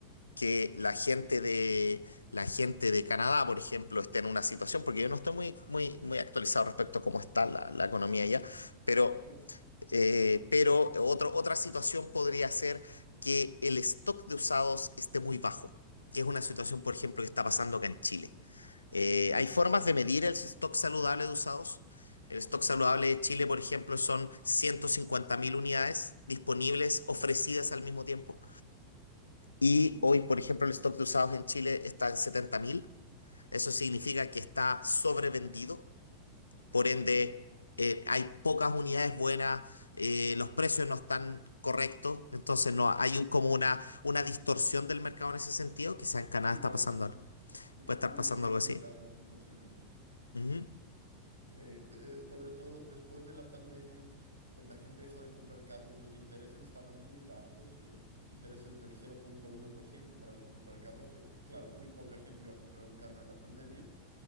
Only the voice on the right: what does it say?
claro.
ujú,
ujú,
ujú.
Igualmente,
Sí,
muy,
muy
similar
la situación aquí.
Eh, eh, sobre todo después de la pandemia, pues la gente dejó de comprar carros, los intereses estaban muy bajos, eh, intereses del cero punto uno por ciento para el- comprar carros, pero claro, muy poca gente iba a comprar un carro en la pandemia.